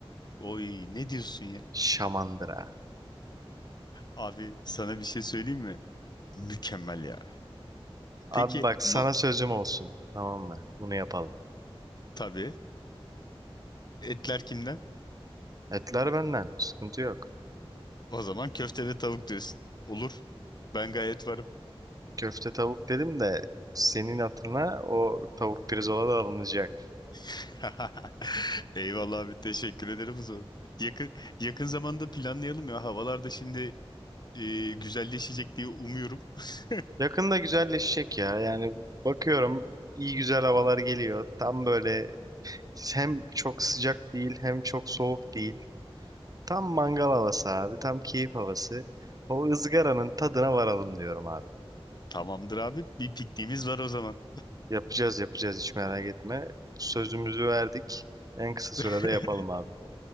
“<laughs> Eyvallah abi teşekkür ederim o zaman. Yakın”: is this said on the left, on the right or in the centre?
Left